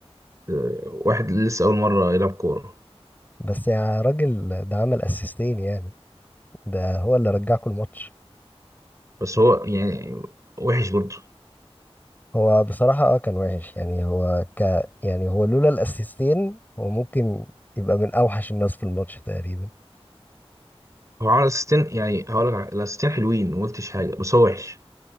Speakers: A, on the right (about 30°); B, on the left (about 15°).
A: آه، واحد لسه اول مره يلعب كوره
B: بس يا راجل ده عمل اسيستين يعني ده هو اللي رجعكوا الماتش
A: بس هو يعني وحش برضه
B: هو بصراحة اه كان وحش يعني هو ك يعني هو لولا الاسيستين هو ممكن يبقى من اوحش الناس في الماتش تقريبا
A: هو عمل اسيستين يعني هقول لك على- الاسيستين حلوين ما قلتش حاجه بس هو وحش